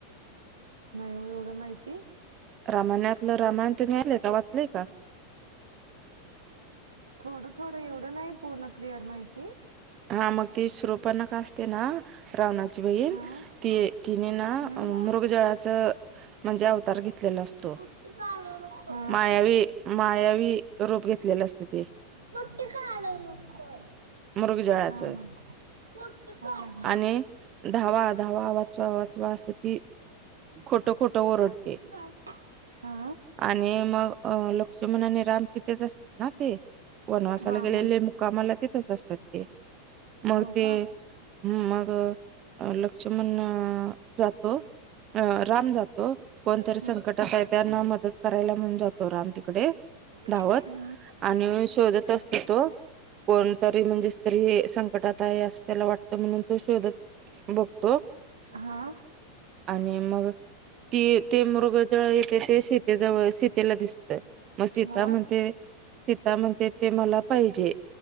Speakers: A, on the right; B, on the right.
A: <unintelligible> माहिती.
B: रामाणातलं रामायण <unintelligible> आलंय का वाचलेय का?
A: थोडं थोडं एवढं नाही पूर्ण क्लिअर माहिती
B: हा मग ती शृपणनका असते ना रावणा ची बहिण
A: हा हम्म
B: ती तिने ना हम
A: हा
B: मृगजळाचं म्हणजे अवतार घेतलेला असतो.
A: मुठी काढू नको
B: मायावी मायावी रूप घेतलेलं असतं ते.
A: मोठी काढाय नको
B: मृगजळाचं
A: हा हा मोठी काढ
B: आणि धावा धावा वाचवा वाचवा अस ती खोट खोटं ओरडते
A: मुठी काढ हा
B: आणि मग अ ल लक्ष्मण आणि राम तिथेच असतात ना ते वनवासाला
A: हा
B: गेलेले
A: हा
B: मुकामाला तिथेच असतात मग
A: हो
B: ते
A: का
B: मग लक्ष्मण जातो अ राम जातो. कोणतरी
A: हम्म
B: संकटात आहे त्यांना मदत करायला म्हणून जातो राम तिकडे
A: हा.
B: धावत आणि शोधत असतो तो कोणतरी म्हणजे तरी संकटात आहे असं त्याला वाटतं म्हणून तो शोधत बघतो
A: हा.
B: आणि मग ती ते मृगजळ येते ते शीतेजवळ शीतेला दिसतय मग सीता
A: हा
B: म्हणते सीता म्हणते ते मला पाहिजे